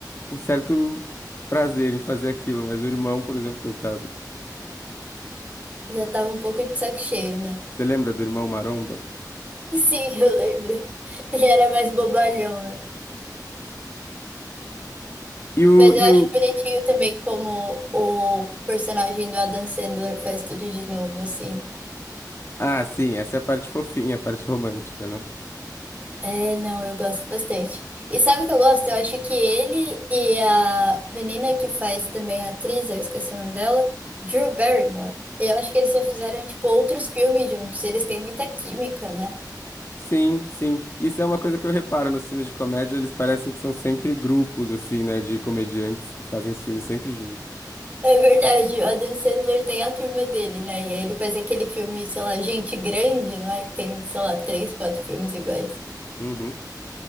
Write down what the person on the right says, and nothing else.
já tava um pouco de saco cheio, né?
Sim, <laughs> eu lembro. Ele era mais bobalhão, né?
Mas
eu acho
bonitinho também como o personagem do Adam Sandler faz tudo de novo, assim.
É, não, eu gosto bastante. E sabe o que eu gosto? Eu acho que ele e a menina que faz também a atriz, eu esqueci o nome dela, Drew Barrymore. Eu acho que eles já fizeram, tipo, outros filmes juntos. Eles têm muita química, né?
É verdade, o Adam Sandler tem a turma dele, né? E aí ele faz aquele filme, sei lá, Gente Grande, não é? Que tem, sei lá, três, quatro filmes iguais.